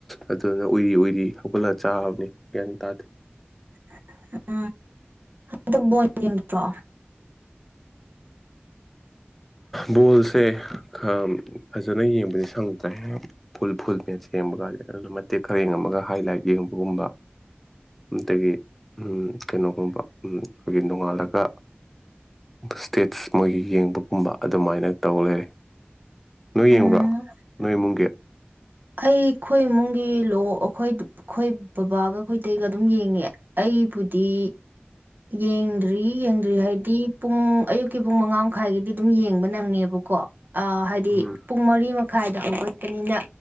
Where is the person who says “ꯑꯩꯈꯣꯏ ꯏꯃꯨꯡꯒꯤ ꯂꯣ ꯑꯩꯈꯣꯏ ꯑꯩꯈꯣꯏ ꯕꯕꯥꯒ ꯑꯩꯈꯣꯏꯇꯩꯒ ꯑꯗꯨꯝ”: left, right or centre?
Right